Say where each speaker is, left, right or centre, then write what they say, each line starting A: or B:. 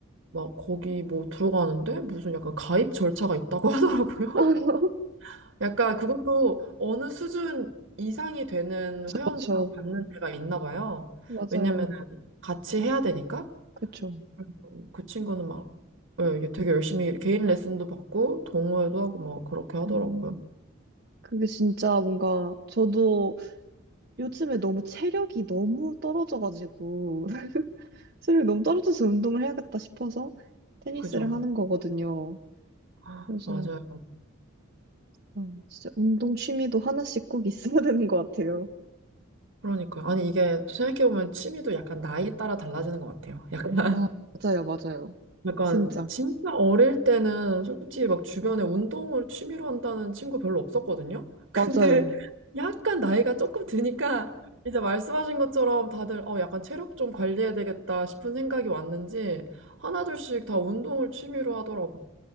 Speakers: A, on the right; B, on the right.
A: 막 거기 뭐 들어가는데 무슨 약간 가입 절차가 있다고 <laughs> 하더라고요.
B: <laughs>
A: 약간 그것도 어느 수준 이상이 되는 회원들만
B: 그렇죠.
A: 받는 데가 있나 봐요.
B: 맞아요.
A: 왜냐면 같이 해야 되니까.
B: 그렇죠.
A: 그래서 그 친구는 막 예, 이게 되게 열심히 개인 레슨도 받고 동호회도 하고 막 그렇게 하더라고요.
B: 음. 그게 진짜 뭔가 저도 요즘에 너무 체력이 너무 떨어져가지고 <laughs> 체력이 너무 떨어져서 운동을 해야겠다 싶어서 테니스를
A: 그죠?
B: 하는 거거든요.
A: 아,
B: 그래서
A: 맞아요.
B: 어, 진짜 운동 취미도 하나씩 꼭 있어야 <laughs> 되는 것 같아요.
A: 그러니까 아니 이게 생각해보면 취미도 약간 나이에 따라 달라지는 것 같아요. 약간 <laughs>
B: 아, 맞아요, 맞아요.
A: 약간
B: 진짜.
A: 진짜 어릴 때는 솔직히 막 주변에 운동을 취미로 한다는 친구 별로 없었거든요. <laughs> 근데
B: 맞아요.
A: 약간 나이가 조금 드니까 이제 말씀하신 것처럼 다들 어 약간 체력 좀 관리해야 되겠다 싶은 생각이 왔는지 하나둘씩 다 운동을 취미로 하더라고요.